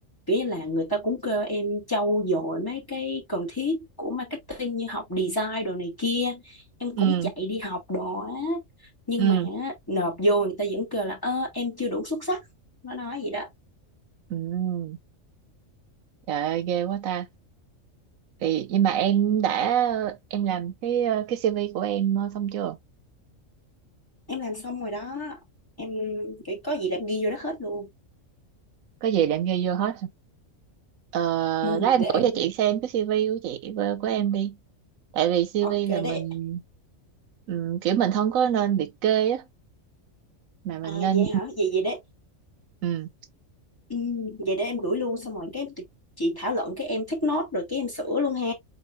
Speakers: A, on the left; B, on the right.
A: kiểu như là người ta cũng kêu em trau dồi mấy cái cần thiết của marketing như học design đồ này kia em
B: ừ,
A: cũng chạy đi học đồ á nhưng
B: ừ,
A: mà nộp vô người ta vẫn kêu là ơ em chưa đủ xuất sắc nó nói vậy đó
B: ừ. Trời ơi, ghê quá ta. Thì nhưng mà em đã em làm cái ờ, cái CV của em ờ, xong chưa?
A: em làm xong rồi đó em cái có gì là em ghi vô đó hết luôn
B: Có gì để em ghi vô hết. Ờ,
A: ừ,
B: lát em
A: để em
B: gửi cho chị xem cái CV của chị ờ, của em đi. Tại vì CV
A: ok
B: là mình
A: để
B: ừ, kiểu mình không có nên liệt kê á mà mình
A: À,
B: nên
A: vậy hả? Vậy vậy đấy
B: ừ.
A: ừm, vậy để em gửi luôn xong rồi cái tụi chị thảo luận cái em thích nốt rồi cái em sửa luôn ha.